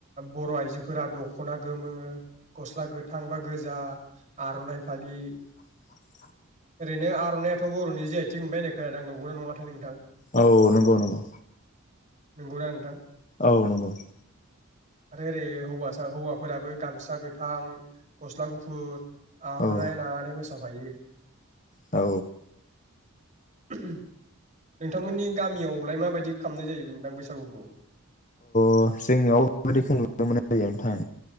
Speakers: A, on the right; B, on the left.
A: बर' आइजोफोरा दख'ना गोमो, गस्ला गोथां बा गोजा आर'नाइ फालि
B: <inaudible>
A: ओरैनो आर'नायाथ' बर'नि जि आइ थिग मोनबाय होननाय खोनादां, नंगौना नङाथाय नोंथां?
B: औ नंगौ नंगौ।
A: नंगौना नोंथां?
B: औ नंगौ।
A: आरो ओरै हौवासा हौवाफोराबो गामसा गोथां, गस्ला गुफुर आर'नाइ
B: औ
A: लानानै मोसाफायो।
B: औ।
A: <inaudible> नोंथांमोननि गामियावलाय माबायदि खामनाय जायो नोंथां बैसागुखौ?
B: अह जोंनियाव बेबादिखौ नुनो मोननाय जायो नोंथां।